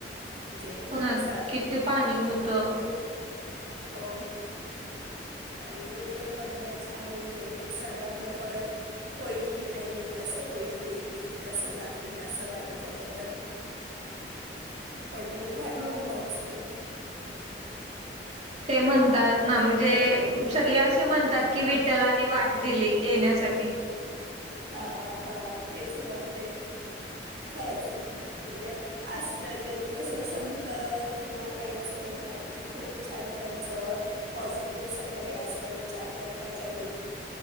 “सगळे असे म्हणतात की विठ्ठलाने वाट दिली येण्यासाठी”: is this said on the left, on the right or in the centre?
Right